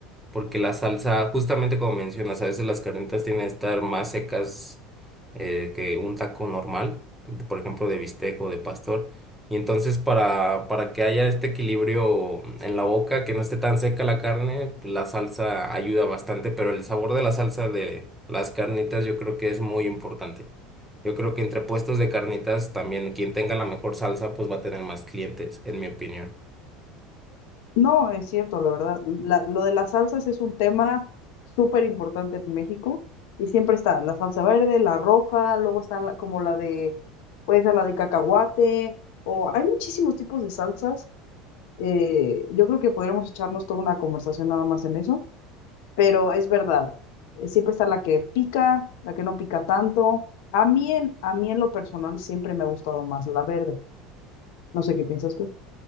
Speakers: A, in the centre; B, on the left.
A: porque la salsa, justamente como mencionas, a veces las carnitas tienen que estar más secas eh, que un taco normal, de- por ejemplo, de bistec o de pastor. Y entonces para, para que haya este equilibrio en la boca, que no esté tan seca la carne, la salsa ayuda bastante, pero el sabor de la salsa de las carnitas yo creo que es muy importante. Yo creo que entre puestos de carnitas también quien tenga la mejor salsa pues va a tener más clientes, en mi opinión.
B: No, es cierto, la verdad. La- lo de las salsas es un tema súper importante en México y siempre está la salsa verde, la roja, luego está la- como la de, puede ser la de cacahuate, o hay muchísimos tipos de salsas. eh, yo creo que podríamos echarnos toda una conversación nada más en eso, pero es verdad, eh, siempre está la que pica, la que no pica tanto. A mí en, a mí en lo personal siempre me ha gustado más la verde. No sé qué piensas tú.